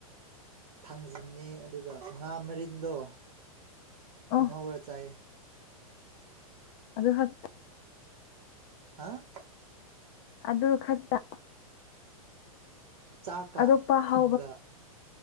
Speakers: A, on the right; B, on the left.
A: ꯊꯥꯡꯖꯤꯡꯅꯤ ꯑꯗꯨꯒ ꯉꯥ ꯃꯔꯤꯟꯗꯣ
B: ꯑꯣ
A: ꯉꯧꯔ ꯆꯥꯏ
B: ꯑꯗꯨꯍꯛ
A: ꯍꯥꯥ
B: ꯑꯗꯨ ꯈꯠꯇ
A: ꯆꯥꯛꯀ
B: ꯑꯇꯣꯞꯄ
A: ꯊꯨꯝꯒ
B: ꯍꯥꯎꯕ